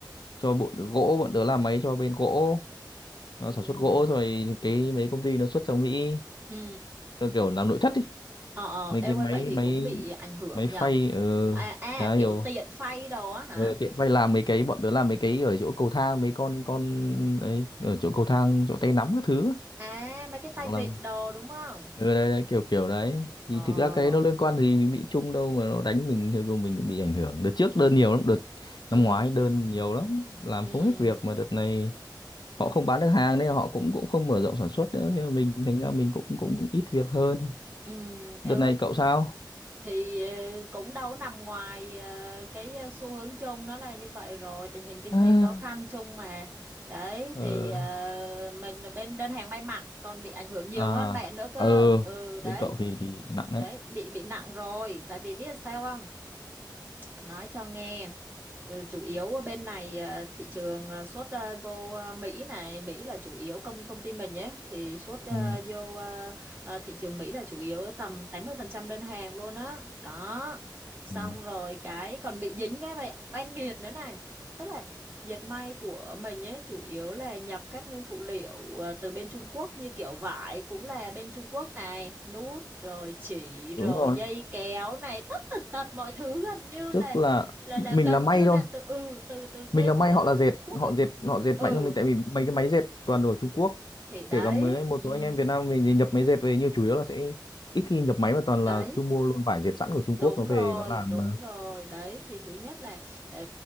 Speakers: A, on the left; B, on the right.
A: cho bộ gỗ, bọn tớ làm máy cho bên gỗ. Nó
B: Ừ.
A: sản xuất gỗ rồi cái mấy công ty nó xuất sang Mỹ,
B: Ừ.
A: nó kiểu làm nội thất đi.
B: Ờ ờ
A: Mấy
B: ê
A: cái
B: ơi
A: máy
B: vậy thì
A: máy
B: cũng bị ảnh hưởng
A: máy
B: nhờ.
A: phay ờ
B: À, à
A: chả
B: kiểu
A: hiểu.
B: tiện phay đồ á hả?
A: Ờ, tiện phay làm mấy cái bọn tớ làm mấy cái ở chỗ cầu thang mấy con con ấy ở chỗ cầu thang chỗ tay nắm các thứ ấy.
B: À mấy cái tay
A: hoặc
B: vịn
A: là
B: đồ đúng không?
A: ừ đấy, đấy kiểu kiểu đấy thì
B: Ờ.
A: thực ra cái đấy nó liên quan gì đến Mỹ Trung đâu mà nó đánh mình thì của mình bị ảnh hưởng đợt trước đơn nhiều lắm đợt
B: Ừ.
A: năm ngoái đơn nhiều lắm làm
B: Ừ.
A: không hết việc mà đợt này họ không bán được hàng nên họ cũng cũng không mở rộng sản xuất nữa nên là mình thành ra mình cũng cũng ít việc hơn
B: Ừ.
A: đợt
B: Ê ơi
A: này cậu sao
B: thì ờ, cũng đâu có nằm ngoài ờ, cái ờ, xu hướng chung nó là như vậy rồi tình hình kinh
A: À.
B: tế khó khăn chung mà đấy
A: ờ
B: thì ờ, mình là bên đơn hàng may mặc còn bị ảnh hưởng nhiều
A: à
B: hơn bạn nữa cơ
A: ờ
B: ừ đấy
A: bên cậu thì thì nặng đấy
B: đấy bị bị nặng rồi tại vì biết sao không nói cho nghe ừ, chủ yếu ở bên này ờ, thị trường ờ, xuất ờ, vô ờ, Mỹ này Mỹ là chủ yếu công công ty mình nhé thì xuất ờ,
A: ừ.
B: vô ờ, ờ, thị trường Mỹ là chủ yếu tầm 80% đơn hàng luôn á đó. xong
A: Ừ.
B: rồi cái còn bị dính cái vậy oan nghiệt nữa này tức là Dệt may của mình ấy chủ yếu là nhập các nguyên phụ liệu ờ, từ bên Trung Quốc như kiểu vải cũng là bên Trung Quốc này, nút rồi chỉ rồi
A: đúng rồi
B: dây kéo này tất tần tật mọi thứ gần như
A: tức
B: là
A: là
B: là
A: mình
B: là gần
A: là may
B: như là
A: thôi
B: từ ừ từ từ bên
A: mình là may
B: ờ,
A: họ là dệt
B: Trung Quốc
A: họ
B: ấy.
A: dệt họ dệt
B: Ừ
A: mạnh hơn mình tại vì mấy cái máy dệt toàn đồ ở Trung Quốc
B: thì đấy,
A: kể cả mấy một
B: ừ
A: số anh em Việt Nam mình thì nhập máy dệt về nhưng chủ yếu là sẽ ít khi nhập máy mà toàn
B: đấy
A: là cứ mua luôn vải dệt sẵn của Trung Quốc
B: Đúng
A: nó
B: rồi,
A: về nó làm
B: đúng
A: mà.
B: rồi. Đấy thì thứ nhất là ờ,